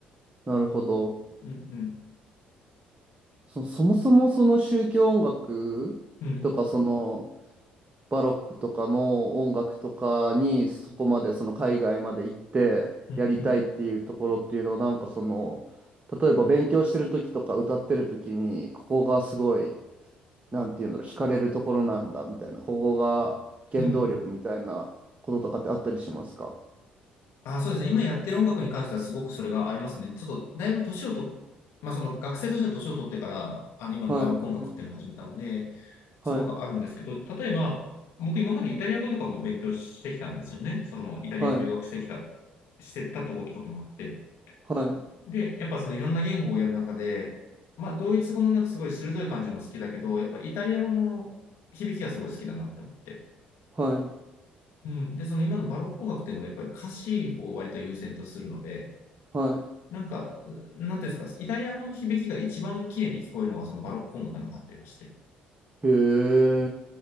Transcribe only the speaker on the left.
うん、うん、
うん、
うん、うん、
うん。あ、そうですね。今やってる音楽に関してはすごくそれがありますね。ちょっと、だいぶ年をと、まあ、その学生としては年を取ってから、あの、今のバロック音楽っていうのを始めたので、
すごくあるんですけど、例えば、僕今までイタリア語とかも勉強してきたんですよね。その、イタリアに留学してきた、
してたってことこともあって。
で、やっぱそのいろんな言語をやる中で、まあ、ドイツ語のなんかすごい鋭い感じも好きだけど、やっぱイタリア語の響きがすごい好きだなって思って。
うん。で、その今のバロック音楽っていうのはやっぱり歌詞を割と優先とするので、
なんか、なんていうんですか、イタリア語の響きが一番綺麗に聞こえるのがそのバロック音楽な感じがして、